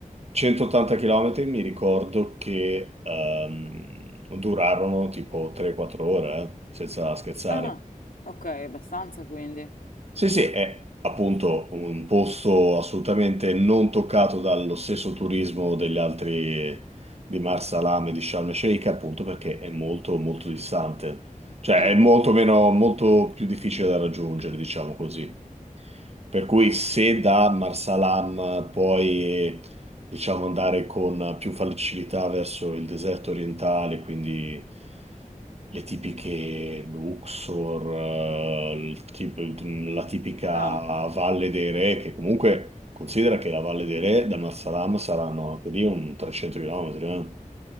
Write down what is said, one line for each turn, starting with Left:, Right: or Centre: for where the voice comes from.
Right: 180 km mi ricordo che ehm, durarono tipo 3-4 ore, eh, senza scherzare.
Left: Ah, ok, abbastanza quindi.
Right: Sì, sì, è appunto un posto assolutamente non toccato dallo stesso turismo degli altri di Marsalam e di Sharm el Sheikh, appunto perché è molto molto distante. Cioè
Left: Mm.
Right: è molto meno, molto più difficile da raggiungere, diciamo così. Per cui se da Marsalam puoi, diciamo, andare con più facilità verso il deserto orientale, quindi le tipiche Luxor, eh, il tip- la tipica
Left: Ah,
Right: Valle dei Re, che comunque considera che la Valle dei Re da Marsalam saranno anche lì un 300 km.